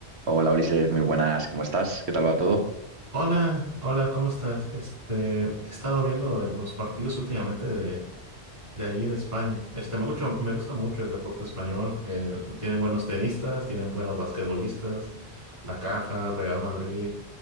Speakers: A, on the right (about 80°); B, on the right (about 40°).
A: Hola Ulises, muy buenas, ¿cómo estás? ¿Qué tal va todo?
B: Hola, hola, ¿cómo estás? Este, he estado viendo el- los partidos últimamente de, de allí de España. Este, me gusta, me gusta mucho el deporte español. eh, tienen buenos tenistas, tienen buenos basquetbolistas, La Caja, el Real Madrid,